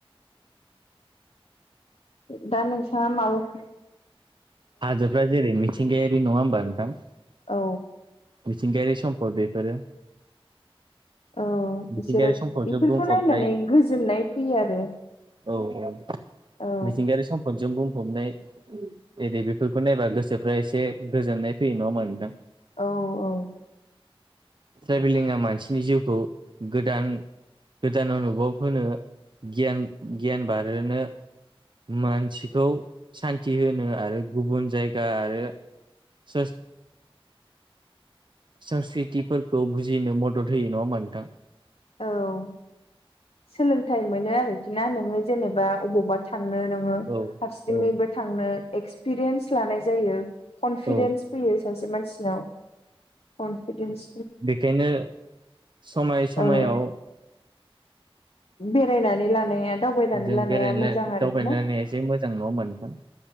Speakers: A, on the left; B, on the right.
A: दा नोंसा माबाफोर
B: हाजोफ्रा जेरै मिथिंगायारि नङा होमबा नोंथां?
A: औ।
B: मिथिंगायारि सम्पद बेफोरो।
A: औ
B: मिथिंगायारि
A: बिसोरो
B: सम्पदजों
A: इफोरखौ
B: बुंफबनाय
A: नायनानै गोजोननाय फैयो आरो।
B: औ औ
A: औ
B: मिथिंगायारि सम। खनजोंजों बुंफबनाय एरदि बेफोरखौ नायबा गोसोफ्रा एसे गोजोननाय फैयो नङामा नोंथां?
A: औ औ।
B: ट्रेभेलिंआ मानसिनि जिउखौ गोदान गोदान अनुभब होनो गियान गियान बारहोनो मानसिखौ सान्थि होनो आरो गुबुन जायगा आरो सा- सांस्कृत खिफोरखौ बुजिनो मदद होयो नङा होमबा नोंथां?
A: औ सोलोंथाइ मोनो आरोखि ना नोङो जेनेबा अबावबा थांनो नोङो
B: औ
A: हारसिङैबो
B: औ
A: थांनो एक्सपिरियेन्स लानाय जायो। कनफिदेन्स
B: औ
A: फैयो सासे मानसिनाव कनफिदेन्स
B: बेखायनो समाय समायाव
A: औ बेरायनानै लानाया दावबायनानै
B: जों
A: लानाया
B: बेराय
A: मोजां आरोखि
B: दावबायलायनाय
A: ना
B: एसे मोजां नङा होमबा नोंथां?